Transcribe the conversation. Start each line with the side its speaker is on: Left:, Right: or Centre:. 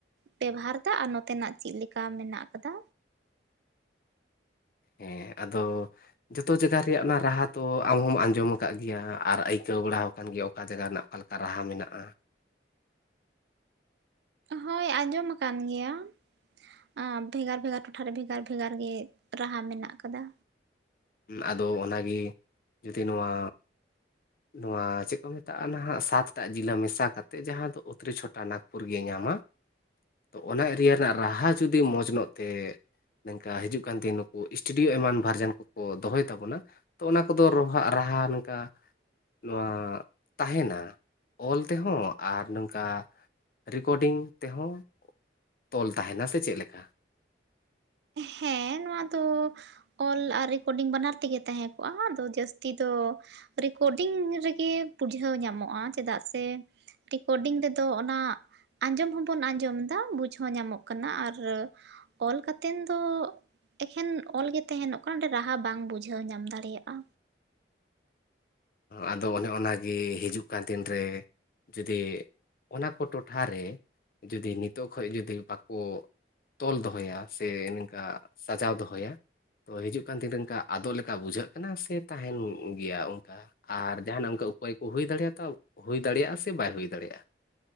Right: ᱵᱮᱵᱦᱷᱟᱨ ᱫᱟ ᱟᱨ ᱱᱚᱛᱮᱱᱟᱜ ᱪᱮᱫ ᱞᱤᱠᱟ ᱢᱮᱱᱟᱜ ᱟᱠᱟᱫᱟ
Left: ᱦᱮᱸ ᱟᱫᱚ ᱡᱚᱛᱚ ᱡᱟᱜᱟ ᱨᱮᱭᱟᱜ ᱚᱱᱟ ᱨᱟᱦᱟ ᱛᱚ ᱟᱢ ᱦᱚᱢ ᱟᱸᱡᱚᱢ ᱟᱠᱟᱫ ᱜᱮᱭᱟ ᱟᱨ ᱟᱹᱭᱠᱟᱹᱣ ᱵᱟᱲᱟ ᱠᱟᱱ ᱜᱮᱭᱟ ᱚᱠᱟ ᱡᱟᱜᱟ ᱨᱮᱱᱟᱜ ᱚᱠᱟ ᱞᱮᱠᱟ ᱨᱟᱦᱟ ᱢᱮᱱᱟᱜᱼᱟ
Right: ᱦᱚᱭ ᱟᱸᱡᱚᱢ ᱠᱟᱱ ᱜᱮᱭᱟ <unintelligible> ᱵᱷᱮᱜᱟᱨ-ᱵᱷᱮᱜᱟᱨ ᱴᱚᱴᱷᱟ ᱨᱮ ᱵᱷᱮᱜᱟᱨ-ᱵᱷᱮᱜᱟᱨ ᱜᱮ ᱨᱟᱦᱟ ᱢᱮᱱᱟᱜ ᱟᱠᱟᱫᱟ
Left: ᱟᱫᱚ ᱚᱱᱟᱜᱮ ᱡᱩᱫᱤ ᱱᱚᱣᱟ ᱱᱚᱣᱟ ᱪᱮᱫ ᱠᱚ ᱢᱮᱛᱟᱜᱼᱟ ᱱᱟᱦᱟᱜ ᱥᱟᱛᱴᱟᱜ ᱡᱤᱞᱟ ᱢᱮᱥᱟ ᱠᱟᱛᱮᱜ ᱡᱟᱦᱟᱸ ᱫᱚ ᱩᱛᱨᱤ ᱪᱷᱚᱴᱟᱱᱟᱜᱽᱯᱩᱨ ᱜᱮᱭ ᱧᱟᱢᱟ ᱛᱚ ᱚᱱᱟ ᱮᱨᱤᱭᱟ ᱨᱮᱱᱟᱜ ᱨᱟᱦᱟ ᱡᱩᱫᱤ ᱢᱚᱸᱡᱽ ᱧᱚᱜ ᱛᱮ ᱱᱤᱝᱠᱟ ᱦᱤᱡᱩᱜ ᱠᱟᱱ ᱫᱤᱱ ᱱᱩᱠᱩ ᱥᱴᱮᱰᱤᱭᱳ ᱮᱢᱟᱱ ᱵᱷᱟᱨᱡᱟᱱ ᱠᱚ ᱠᱚ ᱫᱚᱦᱚᱭ ᱛᱟᱵᱚᱱᱟ ᱛᱚ ᱚᱱᱟ ᱠᱚᱫᱚ ᱨᱚᱯᱷᱟ ᱨᱟᱦᱟ ᱱᱚᱝᱠᱟ ᱱᱚᱣᱟ ᱛᱟᱦᱮᱱᱟ ᱚᱞ ᱛᱮᱦᱚᱸ ᱟᱨ ᱱᱚᱝᱠᱟ ᱨᱮᱠᱳᱨᱰᱤᱝ ᱛᱮᱦᱚᱸ ᱛᱚᱞ ᱛᱟᱦᱮᱱᱟ ᱥᱮ ᱪᱮᱫ ᱞᱮᱠᱟ
Right: ᱦᱮᱸ ᱱᱚᱣᱟ ᱫᱚ ᱚᱞ ᱟᱨ ᱨᱮᱠᱳᱰᱤᱝ ᱵᱟᱱᱟᱨ ᱛᱮᱜᱮ ᱛᱟᱦᱮᱸ ᱠᱚᱜᱼᱟ ᱟᱫᱚ ᱡᱟᱹᱥᱛᱤ ᱫᱚ ᱨᱮᱠᱳᱰᱤᱝ ᱨᱮᱜᱮ ᱵᱩᱡᱷᱟᱹᱣ ᱧᱟᱢᱚᱜᱼᱟ ᱪᱮᱫᱟᱜ ᱥᱮ ᱨᱮᱠᱚᱰᱤᱝ ᱨᱮᱫᱚ ᱚᱱᱟ ᱟᱸᱡᱚᱢ ᱦᱚᱸᱵᱚᱱ ᱟᱸᱡᱚᱢ ᱮᱫᱟ ᱵᱩᱡᱷᱟᱹᱣ ᱦᱚᱸ ᱧᱟᱢᱚᱜ ᱠᱟᱱᱟ ᱟᱨ ᱚᱞ ᱠᱟᱛᱮ <unintelligible> ᱫᱚ ᱮᱠᱮᱱ ᱚᱞ ᱜᱮ ᱛᱟᱦᱮᱱᱚᱜ ᱠᱟᱱᱟ ᱚᱸᱰᱮ ᱨᱟᱦᱟ ᱵᱟᱝ ᱵᱩᱡᱷᱟᱹᱣ ᱧᱟᱢ ᱫᱟᱲᱮᱭᱟᱜᱼᱟ
Left: ᱟᱫᱚ ᱚᱱᱮ ᱚᱱᱟᱜᱮ ᱦᱤᱡᱩᱜ ᱠᱟᱱ ᱫᱤᱱ ᱨᱮ ᱡᱩᱫᱤ ᱚᱱᱟ ᱠᱚ ᱴᱚᱴᱷᱟᱨᱮ ᱡᱩᱫᱤ ᱱᱤᱛᱚᱜ ᱠᱷᱚᱡ ᱡᱩᱫᱤ ᱵᱟᱠᱚ ᱛᱚᱞ ᱫᱚᱦᱚᱭᱟ ᱥᱮ ᱱᱚᱝᱠᱟ ᱥᱟᱡᱟᱣ ᱫᱚᱦᱚᱭᱟ ᱛᱚ ᱦᱤᱡᱩᱜ ᱠᱟᱱ ᱫᱤᱱ ᱚᱱᱠᱟ ᱟᱫᱚᱜ ᱞᱮᱠᱟ ᱵᱩᱡᱷᱟᱹᱜ ᱠᱟᱱᱟ ᱥᱮ ᱛᱟᱦᱮᱱ ᱜᱮᱭᱟ ᱚᱱᱠᱟ ᱟᱨ ᱡᱟᱦᱟᱱᱟᱜ ᱚᱱᱠᱟ ᱩᱯᱟᱹᱭ ᱠᱚ ᱦᱩᱭ ᱫᱟᱲᱮᱭᱟᱜ ᱦᱩᱭ ᱫᱟᱲᱮᱭᱟᱜᱼᱟ ᱥᱮ ᱵᱟᱭ ᱦᱩᱭ ᱫᱟᱲᱮᱭᱟᱜᱼᱟ